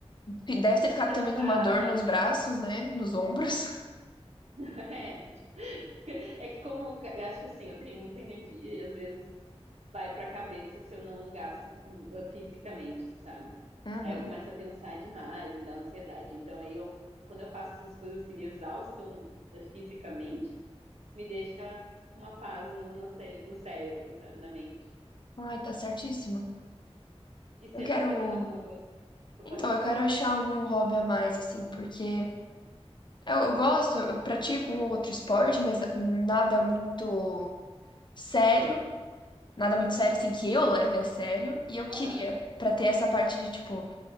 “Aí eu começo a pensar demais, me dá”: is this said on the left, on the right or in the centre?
Right